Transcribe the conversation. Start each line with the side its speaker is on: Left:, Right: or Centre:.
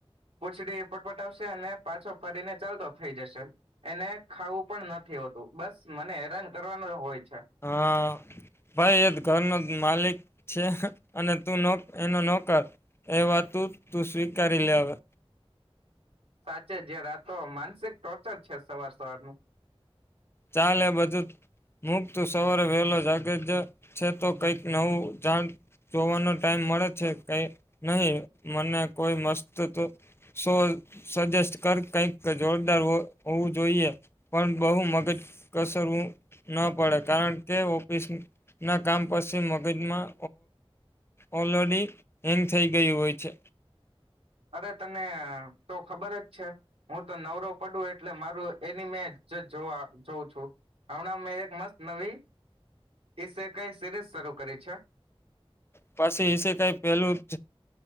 Right: પૂછડી પટપટ આવશે અને પાછો ફરીને ચાલતો થઈ જશે, એને ખાવું પણ નથી હોતું બસ મને હેરાન કરવાનું હોય છે.
Left: હા ભાઈ એ ઘરનો માલિક છે, અને તું ન એનો નોકર, એવા તું તું સ્વીકારી લે અવે.
Right: સાચે જય રાતો માનસિક ટોર્ચર છે સવાર સવારનું.
Left: ચાલે એ બધું મુક્ત સવારે વહેલો જાગે જ છે તો કઈક નવું જાણ જોવાનો ટાઈમ મળે છે કઈ નહી મને કોઈ મસ્ત શો સજેસ્ટ કર કંઈક જોરદાર હોવું જોઈએ. પણ બહુ મગજ કસરવું ન પડે કારણ કે ઓફિસ ના કામ પછી મગજમાં ઓલરેડી એમ થઈ ગયું હોય છે.
Right: અરે તને તો ખબર જ છે હું તો નવરવ પડું એટલે મારું એની મે જ જોવા જોઉં છું હમણાં મેં એક મસ્ત નવી ઈસે કઈ સિરીઝ શરૂ કરી છે.
Left: પછી એષ કઈ પેલું